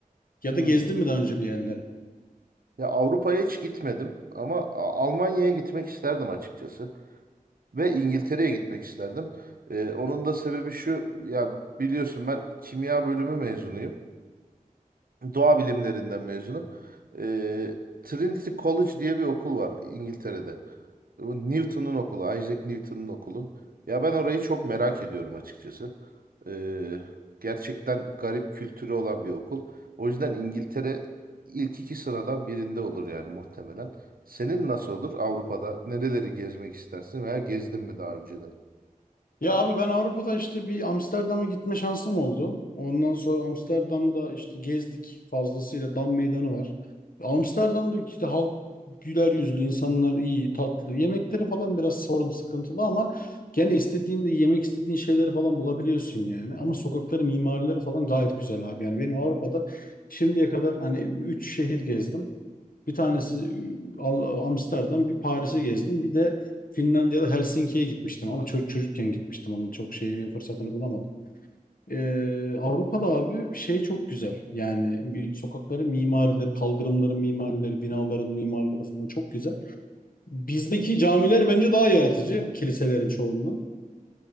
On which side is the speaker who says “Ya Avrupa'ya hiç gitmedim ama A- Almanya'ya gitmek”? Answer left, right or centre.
Right